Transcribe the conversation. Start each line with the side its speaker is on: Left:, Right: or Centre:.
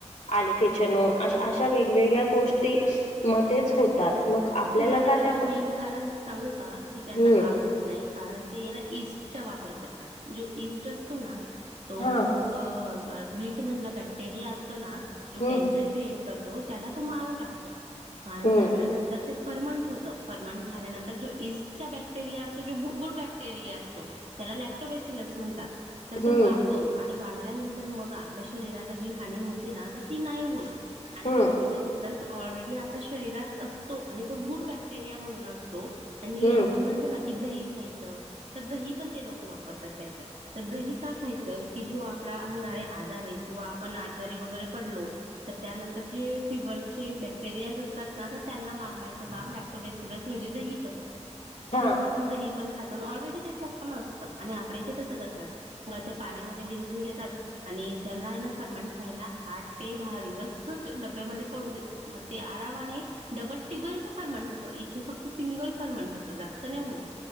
Left: आलिफेचनो अशा वेगवेगळ्या गोष्टी मध्येच हो तात मग आपल्याला
Right: तुम्हाला
Left: का
Right: त्याचं
Left: त्या
Right: मेन कारण सांगू का की त्यांना
Left: हम्म
Right: का होत नाही? कारण ते ना ईस्टचा वापर करतात जो ईस्ट असतो ना तो
Left: हा
Right: जो अ बीटमधला बॅक्टेरिया असतो ना जो
Left: हम्म
Right: कॅन्सर क्रिएट करतो त्याला तो मारून टाकतो मारून
Left: हम्म
Right: टाकल्यानंतर ते परर्मंट होतं परर्मनंट झाल्यानंतर जो इस्टचा बॅक्टेरिया असतो जो जो गुड बॅक्टेरिया असतो. त्याला लॅक्टोबेसिल असं म्हणतात. तर तो
Left: हम्म
Right: वाढतो आणि वाढल्यानंतर मग आपल्या शरीराला जी हानी होते ना तर ती नाही होत आणि
Left: हम्म
Right: लॅप्टोबेसलस ऑलरेडी आपल्या शरीरात असतो आणि तो गुड बॅक्टेरिया म्हणून असतो आणि
Left: हम्म
Right: आपण म्हणतो ना की दही खायचं तर दही पण ते लोकं वापरतात त्याच्यात तर दही का खायचं? की जो आपला होणारा आजार आहे किंवा आपण आजारी वगैरे पडलो. तर त्यानंतर जे फिवरचे बॅक्टेरियाज असतात ना त्यांना मार काम लॅक्टोबेसिलस म्हणजे दही करतं
Left: हा
Right: म्हणून आ पण दही पण खातो ना ऑलरेडी त्याच्यात पण असतं आणि आपल्या इथे कसं करतात. मग ते पाण्यामध्ये भिंजून घेतात. आणि त्याला आहे ना फर्मंट व्हायला आठ ते दहा दिवसच डब्यामध्ये पडू देतात. म ते आरामाने डब्बल तिब्बलच फर्मंट होतं इथे फक्त सिंगल फर्मंट होतं जास्त नाही होत.